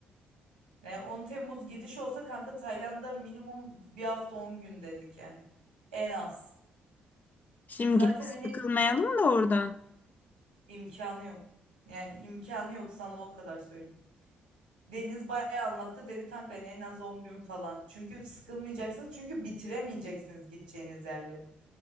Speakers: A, on the right; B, on the left.
A: Yani 10 Temmuz gidiş olsa kanka Tayland'a minimum bir hafta 10 gün dedik yani. En az.
B: Şimdi
A: Zaten
B: gidip sıkılmayalım
A: hani
B: da oradan.
A: İmkanı yok. Yani imkanı yok sana o kadar söyleyeyim. Deniz bayağı anlattı. Dedi kanka hani en az 10 gün falan. Çünkü sıkılmayacaksınız. Çünkü bitiremeyeceksiniz gideceğiniz yerleri.